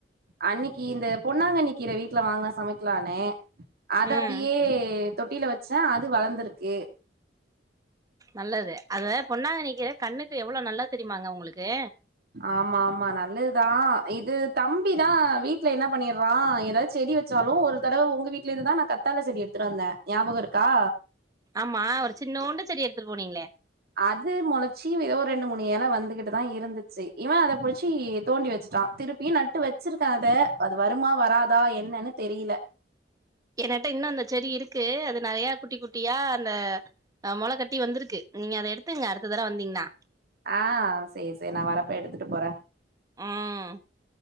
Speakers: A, on the right; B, on the right.
A: அன்னைக்கி இந்த பொன்னாங்கன்னிக்கீர வீட்ல வாங்னோ சமைக் க்லான்னு அத
B: ம்
A: அப்டியே தொட்டில வச்ச அது வளந்துருக்கு
B: நல்லது அத பொன்னாங்கன்னிகீர கண்ணுக்கு எவ்ளோ நல்லது தெரிமாங்க உங்குளுக்கு
A: ஆமா ஆமா நல்லதுதா இது தம்பிதா வீட்ல என்ன பண்ணிறா எதாவ்து செடி வச் ச்சாலு ஒரு தடவ உங்க வீட்ல இருந்துதா நா கத்தால செடி எடுத்துட்டு வந்த ஞாபகம் இருக்கா
B: ஆமா ஒரு சின்னோண்டு செடி எடுத்துட் போனீங்ளே
A: அது மொளச்சு எதோ ரெண்டு மூணு எல வந்துகிட்டு தா இருந்துச்சு இவ அத புடிச்சு தோண்டி வச்சுட்டா திருப் ப்பி நட்டு வச்சிருக்கா அத அது வருமா வராதா என்னன்னு தெரியில
B: என்னட்ட இன்னு அந்த செடி இருக்கு அது நெறைய குட்டி குட்டியா அந்த அ மொள கட்டி வந்திருக்கு நீங்க அத எடுத்துங்க அடுத்த தடவ வந்தீங்ன்னா
A: ஆ செர் செரி நா வரப்ப எடுத்துட்டு போற
B: ம்